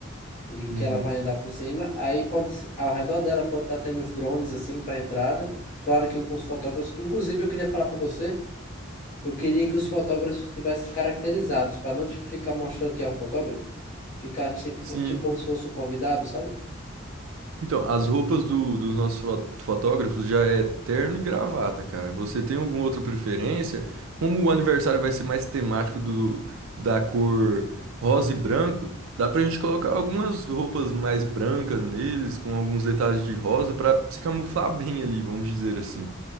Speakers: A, on the left; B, on the right.
A: e que
B: Uhum.
A: ela vai andar por cima. Aí pode, se- ao redor dela pode estar tendo os drones assim para entrada. Claro que com os fotógrafos. Inclusive, eu queria falar para você, eu queria que os fotógrafos tivessem caracterizados, para não tipo, ficar mostrando que é um fotógrafo, ficar tipo,
B: Sim.
A: co- tipo como se fosse um convidado, sabe?
B: Então, as roupas do- dos nossos fro- fotógrafos já é terno e gravata, cara. Você tem alguma outra preferência? Como o aniversário vai ser mais temático do, da cor rosa e branco, dá pra gente colocar algumas roupas mais brancas neles, com alguns detalhes de rosa, pra se camuflar bem ali, vamos dizer assim.